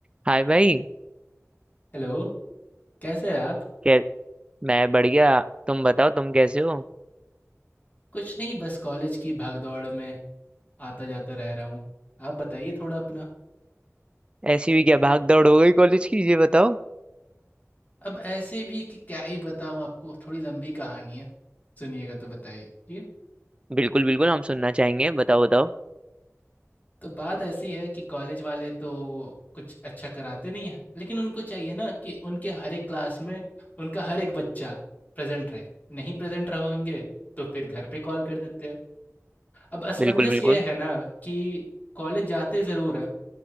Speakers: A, on the right; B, on the left.
A: हाय भाई
B: हेलो कैसे हैं आप
A: कै मैं बढ़िया तुम बताओ तुम कैसे हो
B: कुछ नहीं बस कॉलेज की भागदौड़ में आता जाता रह रहा हूँ आप बताइए थोड़ा अपना
A: ऐसी भी क्या भाग दौड़ हो गई कॉलेज की ये बताओ
B: अब ऐसे भी कि क्या ही बताऊँ आपको थोड़ी लंबी कहानी है सुनिएगा तो बताइए जी
A: बिल्कुल बिल्कुल हम सुनना चाहेंगे बताओ बताओ
B: तो बात ऐसी है कि कॉलेज वाले तो कुछ अच्छा कराते नहीं है लेकिन उनको चाहिए ना कि उनके हर एक क्लास में उनका हर एक बच्चा प्रेजेंट रहे नहीं प्रेजेंट रहेंगे तो फिर घर पे कॉल कर देते हैं अब असमंजस
A: बिल्कुल बिल्कुल
B: ये है ना कि कॉलेज जाते ज़रूर है